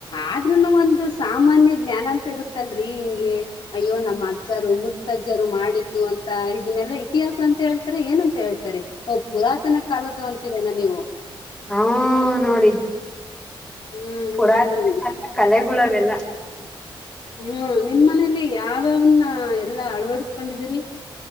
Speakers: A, on the left; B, in the centre.
A: ಆದ್ರೂನು ಒಂದು ಸಾಮಾನ್ಯ ಜ್ಞಾನ ಅಂತ ಇರುತ್. ತ್ತಲ್ರಿ ಹಿಂಗೆ. ಅಯ್ಯೋ ನಮ್ಮಜ್ಜರು ಮುತ್ತಜ್ಜರು ಮಾಡ್. ಬಿದ್ದು ಅಂತ ಇದನ್ನೆಲ್ಲ ಇತಿಹಾಸ ಅಂತ ಹೇಳ್ತಾರೆ ಎನ್ ಅ ಹೇಳ್ತಾರೆ ಓ ಪುರಾತನ ಕಾಲದ್ದು ಅಂತೀರೇನೊ ನೀವು.
B: ಹ್ಮ ನೋಡಿ
A: ಹ್ಮ್
B: ಪುರಾತ್.
A: ಹ್ಮ್ ಹ್ಮ್
B: ಅಲ್ಲಾ ಕಲೆಗುಳ ಅವೆಲ್ಲಾ.
A: ಹ್ಮ ನಿಮ್ಮ್ ಮನೆಲಿ ಯಾವ್ಯಾವನ್ನ ಅ ಎಲ್. ಅಳವಡಸ್ಕೊಂಡಿದೀರಿ.